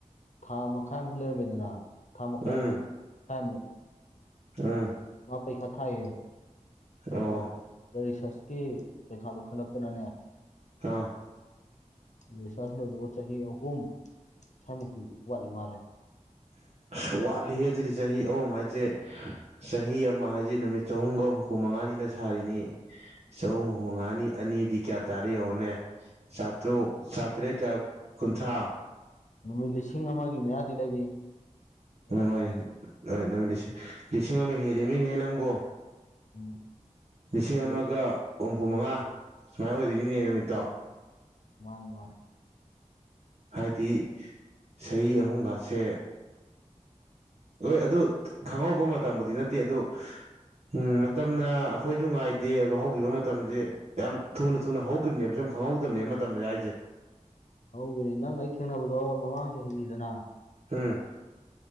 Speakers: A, on the left; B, on the right.
A: ꯊꯥꯃ ꯀꯥꯏ ꯃ ꯂꯩꯔꯃꯤꯗꯨꯅꯥ ꯊꯥ ꯃꯈꯥꯏꯗꯤ
B: ꯎꯝ
A: ꯃꯈꯥꯏ ꯑꯃꯨꯛ
B: ꯎꯝ
A: ꯃꯥ ꯄꯩꯁꯥ ꯊꯥꯏꯌꯦ ꯑꯗꯨꯒ
B: ꯑꯣ
A: ꯔꯤꯁꯔꯁꯀꯤ ꯄꯩꯈꯥꯗꯣ ꯈꯜꯂꯛꯛꯇꯅꯅꯦ
B: ꯑꯥ
A: ꯑꯗ ꯁꯔꯖ ꯂꯣꯏꯗꯧꯕ ꯆꯍꯤ ꯑꯍꯨꯝ ꯏꯁꯥꯃꯨꯛꯇꯤ ꯋꯥꯠꯂꯤ ꯃꯥꯜꯂꯦ
B: <inaudible> ꯑ ꯋꯥꯠꯂꯤ ꯑꯗꯨꯗꯤ ꯆꯍꯤ ꯑꯍꯨꯝ ꯍꯥꯏꯁꯦ ꯆꯍꯤ ꯑꯃ ꯍꯥꯏꯁꯦ ꯅꯨꯃꯤꯠ ꯆꯍꯨꯝꯒ ꯍꯨꯝꯐꯨ ꯃꯉꯥꯅꯤ ꯑꯅ ꯁꯥꯔꯤꯅꯤ ꯆꯍꯨꯝ ꯃꯉꯥꯅꯤ ꯑꯅꯤꯗꯤ ꯀꯌꯥ ꯇꯥꯔꯤꯦ ꯌꯦꯡꯉꯣꯅꯦ ꯁꯥꯇ꯭ꯔꯣ ꯁꯥꯇ꯭ꯔꯦ ꯀꯌꯥ ꯀꯨꯟꯊ꯭ꯔꯥ
A: ꯅꯨꯃꯤꯠ ꯂꯤꯁꯤꯡ ꯑꯃꯒꯤ ꯃꯌꯥꯗꯤ ꯂꯩꯔꯤ ꯍꯦꯟꯅ
B: ꯎ ꯍꯣꯏ ꯍꯣꯏ ꯅꯨꯃꯤꯠ ꯂꯤꯁꯤꯡ ꯑꯃ ꯍꯦꯜꯂꯤꯃꯤꯅꯦꯍꯦ ꯅꯪꯕꯣ
A: ꯎꯝ
B: ꯂꯤꯁꯤꯡ
A: ꯍꯦꯜꯂꯦꯕ
B: ꯑꯃꯒ ꯍꯨꯝꯐꯨ ꯃꯉꯥ ꯁꯨꯃꯥꯏꯅ ꯑꯣꯏꯗꯣꯏꯅꯤꯅꯦ ꯅꯨꯃꯤꯠꯇꯣ
A: ꯃꯥꯅꯤ ꯃꯥꯅꯤ
B: ꯍꯥꯏꯗꯤ ꯆꯍꯤ ꯑꯍꯨꯝꯒꯁꯦ ꯍꯣꯏ ꯑꯗꯨ ꯈꯪꯍꯧꯕ ꯃꯇꯝꯕꯨꯗꯤ ꯅꯠꯇꯦ ꯑꯗꯨ ꯎꯝ ꯃꯇꯝꯅ ꯑꯩꯈꯣꯏꯁꯨ ꯉꯥꯏꯗꯦ ꯑꯗꯨꯒ ꯍꯧꯈꯤꯕ ꯃꯇꯝꯁꯦ ꯌꯥꯝ ꯊꯨꯅ ꯊꯨꯅ ꯍꯧꯈꯤꯕꯅꯦꯕ ꯁꯨꯝ ꯈꯪꯍꯧꯗꯕꯅꯦ ꯃꯇꯝꯁ ꯍꯥꯏꯁꯦ
A: ꯍꯧꯕꯅꯦ ꯅꯪ ꯑꯩ ꯊꯦꯡꯅꯕꯗꯣ ꯃꯃꯥꯡꯁꯨ ꯍꯤꯡꯉꯤꯗꯅ
B: ꯎꯝ